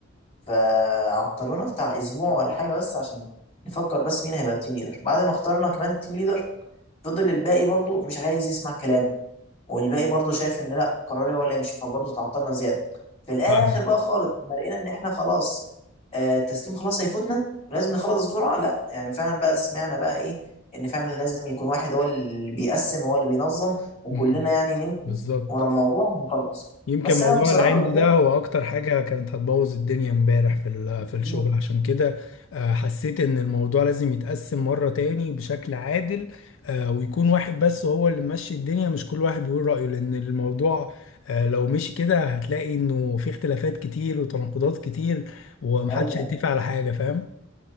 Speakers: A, on the left; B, on the left.
A: فعطلونا بتاع اسبوع ولا حاجه بس عشان نفكر بس مين هيبقى التيم ليدر بعد ما اخترنا كمان التيم ليدر فضل الباقي برضو مش عايز يسمع كلامه والباقي برضو شايف ان لا قراري هو اللي يمشي فبرضو تعطلنا زياده في الاخر
B: فاهم
A: بقى خالص لما لقينا ان احنا خلاص آه، التسليم خلاص هيفوتنا ولازم نخلص بسرعه لا يعني فعلا بقى سمعنا بقى ايه ان فعلا لازم يكون واحد هو اللي بيقسم هو اللي بينظم وكلنا
B: مم.
A: يعني نمشي
B: بالظبط
A: ورا الموضوع ونخلص
B: يمكن
A: بس
B: موضوع
A: انا بصراحه
B: العند
A: ببقى
B: ده
A: شايف
B: هو اكتر حاجة كانت هتبوظ الدنيا امبارح في ال- في الشغل
A: مم،
B: عشان كده آه، حسيت ان الموضوع لازم يتقسم مرة تاني بشكل عادل آه، ويكون واحد بس هو اللي ماشي الدنيا مش كل واحد بيقول رأيه لان الموضوع آه، لو مشي كده هتلاقي انه في اختلافات كتير وتناقضات كتير ومحدش
A: ايوه ايوه
B: هيتفق على حاجة فاهم